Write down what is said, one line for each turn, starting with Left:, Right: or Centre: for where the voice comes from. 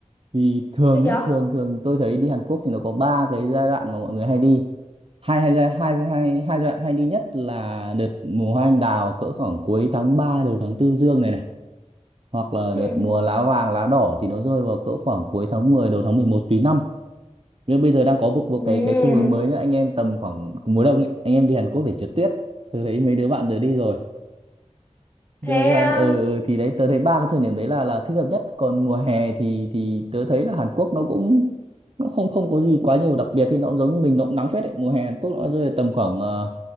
Right: vì thường
Left: sao
Right: nhá
Left: vậy
Right: thường thường tôi thấy đi Hàn Quốc thì nó có ba cái giai đoạn mà mọi người hay đi hai hai giai hai giai- hai hai giai đoạn hay đi nhất là đợt mùa hoa anh đào cỡ khoảng cuối tháng 3 đầu tháng tư dương này này hoặc là
Left: ừ,
Right: đợt mùa lá vàng lá đỏ thì nó rơi vào cỡ khoảng cuối tháng 10 đầu tháng 11 tùy năm nhưng bây giờ đang có một một
Left: ừ.
Right: cái cái xu hướng mới nữa anh em tầm khoảng mùa đông ấy, anh em đi Hàn Quốc để trượt tuyết tôi thấy mấy đứa bạn tớ đi rồi
Left: thế
Right: Thế là sang ờ ừ, thì đấy tớ thấy ba cái thời điểm đấy là là thích hợp nhất còn mùa hè thì thì tớ thấy là Hàn Quốc nó cũng nó không không có gì quá nhiều đặc biệt thì nó cũng giống như mình nó cũng nắng phết đấy mùa hè Hàn Quốc nó rơi tầm khoảng ờ,